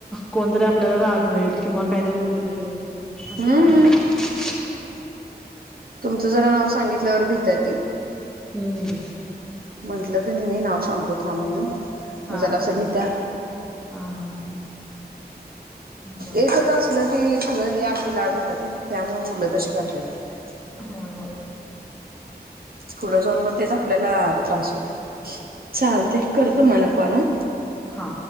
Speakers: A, in the centre; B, on the right.
A: कोणतरी आपल्याला रागवेल किंवा काहीतरी बोलेल <unintelligible>
B: हम्म तुमचं जरा नाव सांगितल्यावर भी पद्धती
A: हम्म
B: म्हंटलं तर मी नाव सांगतो थांब म्हणून
A: हा
B: जरा असं भिता
A: हा हा हा बर
B: एकच असलं की सगळे लई असले लाड होतात ना, त्यामुळे मुलं तशी करतात
A: होय हो
B: फुडं जाऊन म त्याचा आपल्याला त्रास होतो, चालतय. कर तु मला कॉल हा
A: हा